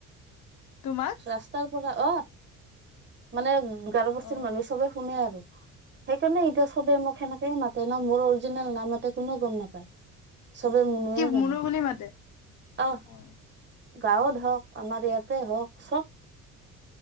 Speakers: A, on the left (about 70°); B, on the right (about 35°).
A: তোমাক
B: ৰাস্তাৰ পৰা অহ। মানে গাৰ বস্তিৰ
A: অ
B: মানুহে সবে শুনে আৰু। সেইকাৰণে এতিয়া চবে মোক সেনেকেে মাতে ন মোৰ অৰিজিনেল নাম এতে কোননেও গম নাপায়। চবে মুনুয়ে
A: কি
B: জানে
A: মুনু বুলি মাতে
B: আহ।
A: অ
B: গাঁৱত হওক আমাৰ ইয়াতে হওক চব